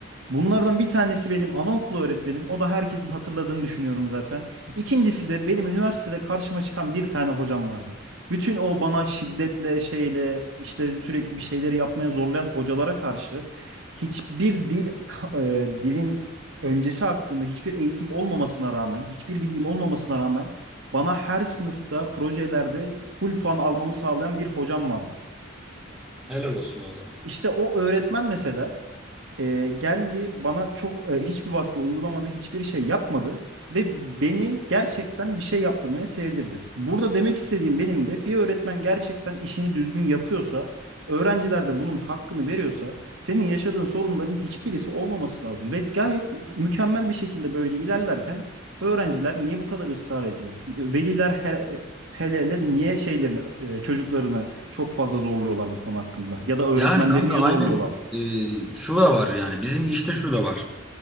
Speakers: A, on the right (about 70°); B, in the centre.
A: Bunlardan bir tanesi benim anaokulu öğretmenim. O da herkesin hatırladığını düşünüyorum zaten. İkincisi de benim üniversitede karşıma çıkan bir tane hocam vardı. Bütün o bana şiddetle şeyle işte sürekli bir şeyleri yapmaya zorlayan hocalara karşı hiçbir dil ka- e, dilin öncesi hakkında hiçbir eğitim olmamasına rağmen, hiçbir bilgim olmamasına rağmen bana her sınıfta projelerde full puan almamı sağlayan bir hocam vardı.
B: Helal olsun o adama.
A: İşte o öğretmen mesela e, geldi bana çok e, hiçbir baskı uygulamadı, hiçbir şey yapmadı ve beni gerçekten bir şey yaptırmaya sevdirdi. Burada demek istediğim benim de bir öğretmen gerçekten işini düzgün yapıyorsa, öğrenciler de bunun hakkını veriyorsa, senin yaşadığın sorunların hiçbirisi olmaması lazım ve gayet mükemmel bir şekilde böyle ilerlerken öğrenciler niye bu kadar ısrar ediyor? Veliler her Hele hele niye şeylerini, e, çocuklarını çok fazla zorluyorlar bu konu hakkında? Ya da öğretmenleri
B: Yani kanka
A: niye zorluyorlar?
B: aynen e, şu da var yani bizim işte şu da var.